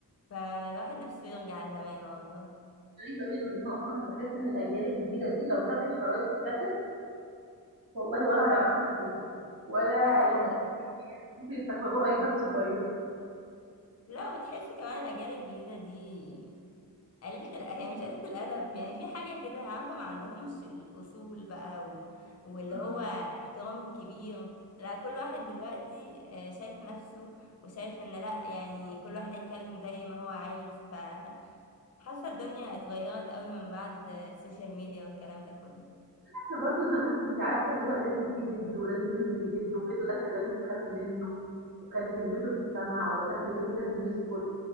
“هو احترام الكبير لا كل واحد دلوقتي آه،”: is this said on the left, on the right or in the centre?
Left